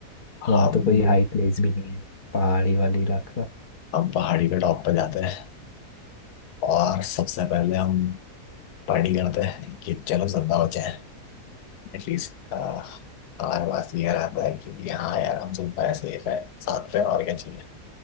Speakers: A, on the left; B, on the left.
A: हम
B: वहाँ तो कोई हाई प्लेस भी नहीं है पहाड़ी वाली इलाका
A: हम पहाड़ी के टॉप पर जाते हैं और सबसे पहले हम पार्टी करते हैं कि चलो जिंदा बचे हैं एटलीस्ट हमारे पास ये रहता है कि हाँ यार हम जिंदा है सेफ है साथ में और क्या चाहिए